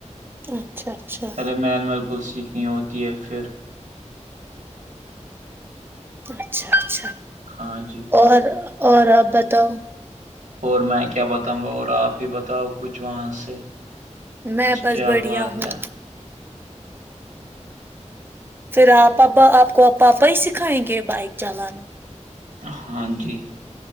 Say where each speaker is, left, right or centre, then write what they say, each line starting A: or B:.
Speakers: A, on the right (about 15°); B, on the right (about 80°).
A: اچھا اچھا
B: پہلے مل مل کول سیکھنی ہوتی ہے پھر
A: اچھا اچھا
B: ہاں جی
A: اور اور آپ بتاؤ
B: اور میں کیا بتاؤں گا اور آپ ہی بتاؤ کچھ وہاں سے
A: میں بس
B: کیا
A: بڑھیا
B: بات
A: ہوں
B: ہے
A: پھر آپپا آپ کو پاپا ہی سکھائیں گے بائک چلانا
B: ہاں جی